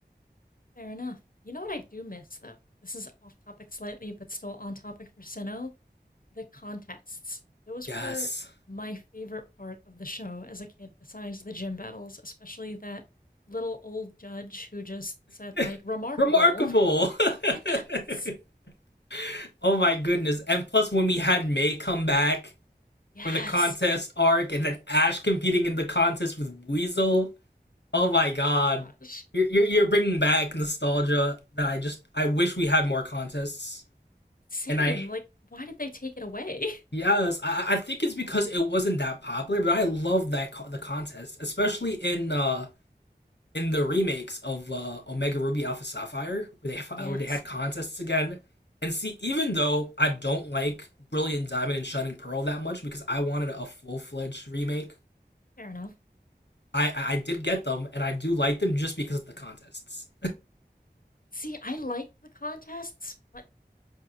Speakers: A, on the left; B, on the left.
A: Fair enough. You know what I do miss though? This is off topic slightly, but still on topic for Sinnoh. The contests. Those
B: Yes.
A: were my favorite part of the show as a kid, besides the gym battles, especially that little old judge who just said like
B: <laughs>
A: remarkable.
B: Remarkable.
A: <laughs> yes.
B: <laughs> oh my goodness. And plus, when we had May come back
A: Yes.
B: for the contest arc and then Ash competing in the contest with Weasel. Oh my god.
A: Oh gosh.
B: You're, you're, you're bringing back nostalgia that I just, I wish we had more contests.
A: Same.
B: And I
A: Like, why did they take it away?
B: Yes, I, I think it's because it wasn't that popular, but I love that co- the contest, especially in uh in the remakes of uh Omega Ruby Alpha Sapphire, where they <laughs> f-
A: <laughs>
B: where they had contests
A: yes.
B: again. And see, even though I don't like Brilliant Diamond and Shining Pearl that much because I wanted a full fledged remake,
A: Fair enough.
B: I, I I did get them and I do like them just because of the contests.
A: See, I liked the contests, but